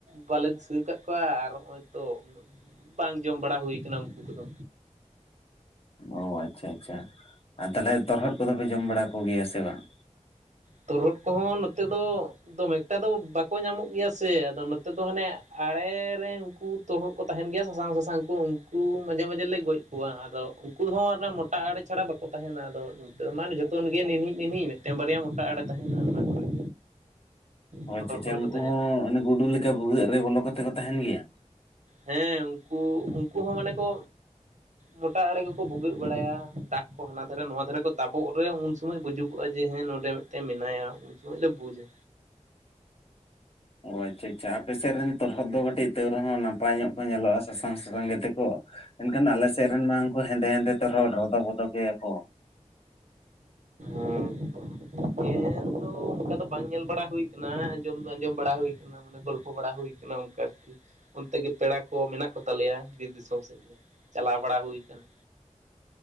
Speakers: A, on the right (about 70°); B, on the left (about 50°).
A: ᱵᱟᱞᱮ ᱫᱤᱥᱟᱹ ᱟᱠᱟᱫ ᱠᱚᱣᱟ ᱟᱨ ᱦᱚᱜ ᱚᱭ ᱛᱚ ᱵᱟᱝ ᱡᱚᱢ ᱵᱟᱲᱟ ᱦᱩᱭ ᱠᱟᱱᱟ ᱩᱱᱠᱩ ᱠᱚᱫᱚ᱾
B: ᱚ ᱟᱪᱷᱟ ᱟᱪᱷᱟ, ᱟᱨ ᱛᱟᱦᱚᱞᱮ ᱛᱚᱨᱦᱚᱫ ᱠᱚᱫᱚ ᱯᱮ ᱡᱚᱢ ᱵᱟᱲᱟ ᱠᱚᱜᱮᱭᱟ ᱥᱮ ᱵᱟᱝ?
A: ᱛᱚᱨᱦᱚᱫ ᱠᱚᱦᱚᱸ ᱱᱚᱛᱮ ᱫᱚ ᱫᱚᱢᱮ ᱮᱠᱴᱟ ᱫᱚ ᱵᱟᱠᱚ ᱧᱟᱢᱚᱜ ᱜᱮᱭᱟ ᱥᱮ ᱟᱫᱚ ᱱᱚᱛᱮ ᱫᱚ ᱦᱟᱱᱮ ᱟᱲᱮ ᱨᱮ ᱩᱱᱠᱩ ᱛᱚᱨᱦᱚᱫ ᱠᱚ ᱛᱟᱦᱮᱱ ᱜᱮᱭᱟ ᱥᱟᱥᱟᱝ ᱥᱟᱥᱟᱝ ᱠᱚ ᱩᱱᱠᱩ ᱢᱟᱡᱷᱮ ᱢᱟᱡᱷᱮ ᱞᱮ ᱜᱚᱡ ᱠᱚᱣᱟ ᱟᱫᱚ ᱩᱱᱠᱩ ᱦᱚ ᱢᱚᱴᱟ ᱟᱲᱮ ᱪᱷᱟᱲᱟ ᱵᱟᱠᱚ ᱛᱟᱦᱮᱱᱟ, ᱟᱫᱚ ᱱᱤᱛ ᱢᱟᱱᱮ ᱡᱚᱛᱚ ᱜᱮ ᱱᱤᱱᱦᱤ ᱱᱤᱱᱦᱤ ᱢᱤᱫᱴᱮᱱ ᱵᱟᱨᱭᱟ ᱢᱚᱴᱟ ᱟᱲᱮ ᱛᱟᱦᱮᱱᱟ ᱚᱱᱟ ᱠᱚᱨᱮ
B: ᱚ
A: ᱰᱷᱚᱸᱰᱚᱨ
B: ᱟᱪᱪᱷᱟ ᱟᱪᱪᱷᱟ,
A: ᱠᱚᱨᱮ
B: ᱩᱱᱠᱩ
A: ᱠᱚ ᱛᱟᱦᱮᱱᱟ
B: ᱦᱚᱸ ᱚᱱᱮ ᱜᱩᱰᱩ ᱞᱮᱠᱟ ᱵᱷᱩᱜᱟᱹᱜ ᱨᱮ ᱵᱚᱞᱚ ᱠᱟᱛᱮ ᱠᱚ ᱛᱟᱦᱮᱱ ᱜᱮᱭᱟ?
A: ᱦᱮᱸ ᱩᱱᱠᱩ, ᱩᱱᱠᱩ ᱦᱚ ᱢᱟᱱᱮ ᱠᱚ ᱢᱚᱴᱟ ᱟᱲᱮ ᱜᱮᱠᱚ ᱵᱷᱩᱜᱟᱹᱜ ᱵᱟᱲᱟᱭᱟ, ᱫᱟᱜ ᱠᱚ ᱦᱟᱱᱟ ᱫᱷᱟᱨᱮ ᱱᱚᱣᱟ ᱫᱷᱟᱨᱮ ᱠᱚ ᱛᱟᱵᱚᱜ ᱨᱮ ᱩᱱ ᱥᱚᱢᱚᱭ ᱵᱩᱡᱩᱜᱚᱜᱼᱟ ᱡᱮ ᱦᱮ ᱱᱚᱰᱮ ᱢᱤᱫᱴᱮᱱ ᱢᱮᱱᱟᱭᱟ ᱩᱱ ᱥᱚᱢᱚᱭ ᱞᱮ ᱵᱩᱡᱟ᱾
B: ᱚ ᱟᱪᱪᱷᱟ, ᱟᱪᱪᱷᱟ ᱟᱯᱮ ᱥᱮᱫ ᱨᱮᱱ ᱛᱚᱨᱦᱚᱫ ᱫᱚ ᱠᱟᱹᱴᱤᱡ ᱛᱟ. ᱣ ᱨᱮᱦᱚᱸ ᱱᱟᱯᱟᱭ ᱧᱚᱜ ᱠᱚ ᱧᱮᱞᱚᱜᱼᱟ ᱥᱟᱥᱟᱝ ᱥᱟᱥᱟᱝ ᱜᱮᱛᱮ ᱠᱚ᱾ ᱮᱱᱠᱷᱟᱱ ᱟᱞᱮ ᱥᱮᱫ ᱨᱮᱱ ᱢᱟ ᱩᱱᱠᱩ ᱦᱮᱸᱫᱮ ᱦᱮᱸᱫᱮ ᱛᱚᱨᱦᱚᱫ, ᱨᱚᱫᱚ ᱵᱚᱫᱚ ᱜᱮᱭᱟ ᱠᱚ᱾
A: ᱦᱩᱸ ᱦᱩᱸ, <unintelligible> ᱧᱮᱞ ᱫᱚ ᱚᱱᱠᱟ ᱫᱚ ᱵᱟᱝ ᱧᱮᱞ ᱵᱟᱲᱟ ᱦᱩᱭ ᱠᱟᱱᱟ᱾ ᱟᱸᱡᱚᱢ ᱫᱚ ᱟᱸᱡᱚᱢ ᱵᱟᱲᱟ ᱦᱩᱭ ᱠᱟᱱᱟ᱾ ᱢᱟᱱᱮ ᱜᱚᱞᱯᱚ ᱵᱟᱲᱟ ᱦᱩᱭ ᱠᱟᱱᱟ ᱚᱱᱠᱟ ᱟᱨᱠᱤ, ᱚᱱᱛᱮ ᱜᱮ ᱯᱮᱲᱟ ᱠᱚ ᱢᱮᱱᱟᱜ ᱠᱚ ᱛᱟᱞᱮᱭᱟ ᱵᱤᱨ ᱫᱤᱥᱚᱢ ᱥᱮᱫ ᱜᱮᱼᱼ ᱪᱟᱞᱟᱣ ᱵᱟᱲᱟ ᱦᱩᱭ ᱠᱟᱱᱟ᱾